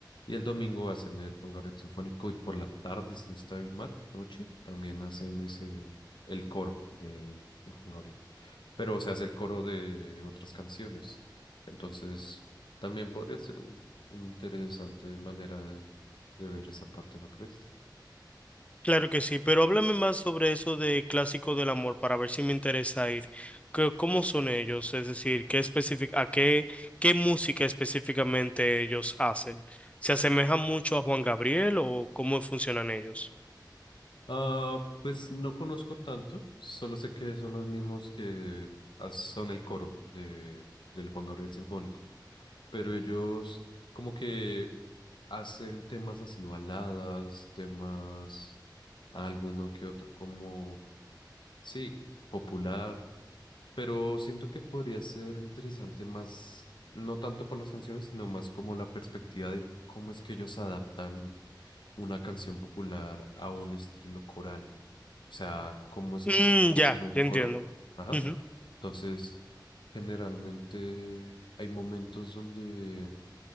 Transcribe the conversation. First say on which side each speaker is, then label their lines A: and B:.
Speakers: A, on the left; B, on the left.
A: y el domingo hacen el Juan Gabriel Sinfónico y por la tarde, si no estoy mal, noche, también hacen ese, el coro de, de Juan Gabriel. Pero, o sea, es el coro de otras canciones. Entonces, también podría ser un, un interesante manera de, de ver esa parte, ¿no crees?
B: Claro que sí, pero háblame más sobre eso de Clásico del Amor para ver si me interesa ir. ¿Qué- ¿Cómo son ellos? Es decir, ¿qué específic- a qué, qué música específicamente ellos hacen? ¿Se asemeja mucho a Juan Gabriel o cómo funcionan ellos?
A: Ah, pues no conozco tanto, solo sé que son los mismos que as- son el coro de, del Juan Gabriel Sinfónico, pero ellos como que hacen temas así baladas, temas alguno que otro como, sí, popular, pero siento que podría ser interesante más, no tanto por las canciones, sino más como la perspectiva de cómo es que ellos adaptan una canción popular a un estilo coral. O sea, cómo es
B: Mm,
A: que hacen
B: ya,
A: un coro.
B: ya entiendo.
A: Ajá.
B: Ujú,
A: Entonces, generalmente hay momentos donde